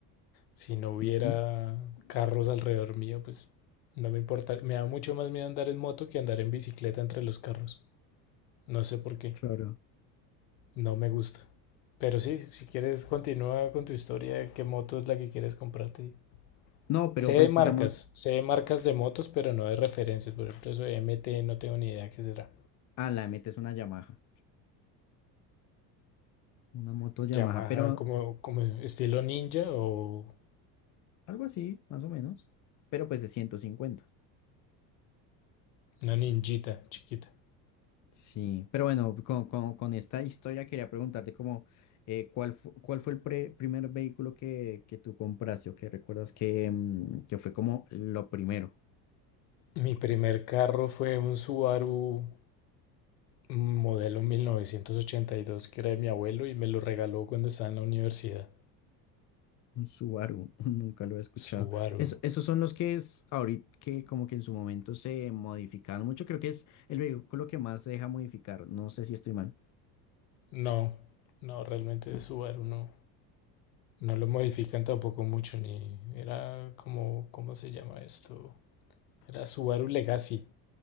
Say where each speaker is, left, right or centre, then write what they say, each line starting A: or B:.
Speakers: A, on the left; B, on the left.
A: Si no hubiera
B: Ujú,
A: carros alrededor mío, pues no me importa. Me da mucho más miedo andar en moto que andar en bicicleta entre los carros. No sé por qué.
B: Claro.
A: No me gusta. Pero sí, si quieres continúa con tu historia, ¿qué moto es la que quieres comprarte?
B: No, pero
A: Sé
B: pues
A: de marcas,
B: digamos,
A: sé de marcas de motos, pero no de referencias. Por ejemplo, eso de M T no tengo ni idea qué será.
B: ah, la MT es una Yamaha, una moto Yamaha,
A: Yamaha
B: pero
A: como, como estilo ninja o
B: algo así, más o menos, pero pues de 150.
A: una ninjita chiquita.
B: Sí, pero bueno, con, con- con esta historia quería preguntarte como, eh, ¿cuál, fu- cuál fue el pre- primer vehículo que, que tú compraste o que recuerdas que, mm, que fue como lo primero?
A: Mi primer carro fue un Subaru modelo 1982 que era de mi abuelo y me lo regaló cuando estaba en la universidad.
B: Un Subaru, <laughs> nunca lo he escuchado.
A: Subaru.
B: Es- esos son los que es ahorita que como que en su momento se modificaron mucho, creo que es el vehículo que más se deja modificar, no sé si estoy mal.
A: No, no, realmente de Subaru no. No lo modifican tampoco mucho, ni era como, ¿cómo se llama esto? Era Subaru Legacy.